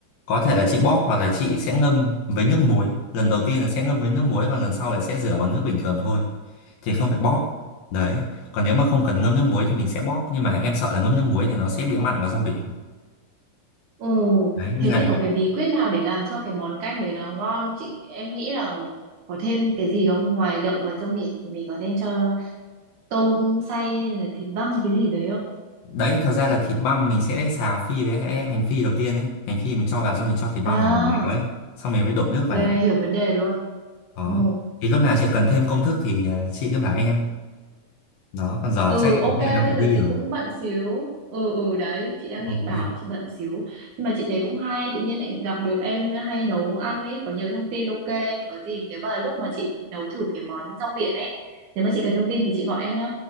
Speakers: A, on the left (about 70°); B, on the right (about 50°).
A: có thể là chị bóp hoặc là chị sẽ ngâm với nước muối lần đầu tiên là sẽ ngâm với nước muối và lần sau là sẽ rửa bằng nước bình thường thôi thì không phải bóp đấy còn nếu mà không cần ngâm nước muối thì mình sẽ bóp nhưng mà em sợ là ngâm nước muối thì nó sẽ bị mặn vào rong biển
B: ừ
A: đấy nên
B: thế
A: lại
B: thì có cái bí quyết nào để làm cho cái món canh đấy nó ngon không chị? Em nghĩ là có thêm cái gì không? Ngoài đậu và rong biển thì mình có nên cho tôm xay hay là thịt băm hay cái gì đấy không?
A: đấy thật ra là thịt băm mình sẽ xào phi với hẹ- hành phi đầu tiên ấy hành phi mình cho vào xong mình cho thịt băm
B: À,
A: vào mình đảo ấy xong mình mới đổ nước
B: ok,
A: vào
B: hiểu vấn đề luôn.
A: đó
B: Ừ.
A: thì lúc nào chị cần thêm công thức thì à, chị cứ bảo em đó còn giờ
B: Ừ,
A: chắc em
B: ok,
A: có việc em
B: bây
A: phải
B: giờ
A: đi
B: chị
A: rồi
B: cũng bận xíu. Ừ, ừ, đấy, chị đang
A: ok
B: định bảo chị bận xíu. Nhưng mà chị thấy cũng hay, tự nhiên lại gặp được em hay nấu ăn ấy, có nhiều thông tin ok. Thì có gì nếu mà lúc mà chị nấu thử cái món rong biển ấy, nếu mà chị cần thông tin thì chị gọi em nhá.